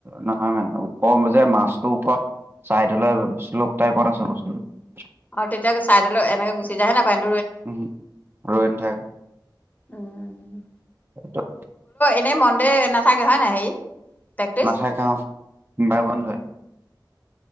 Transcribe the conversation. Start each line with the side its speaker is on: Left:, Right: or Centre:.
Right: নহয় মানে ওপ যে মাজটোৰ ওপৰত চাইডলৈ শ্লোপ টাইপত আছে বস্তুটো উ <inaudible>
Left: অ' তেতিয়া ছাইডলৈ এনেকে গুচি যায় হয়নে? পানী
Right: উম ৰৈ নথাকে।
Left: উম
Right: টো <unintelligible>
Left: এনেই মন্দে নাথাকে হয়নে হেৰি? প্ৰেক্টিচ?
Right: নাথাকে অ' সোমবাৰে বন্ধই।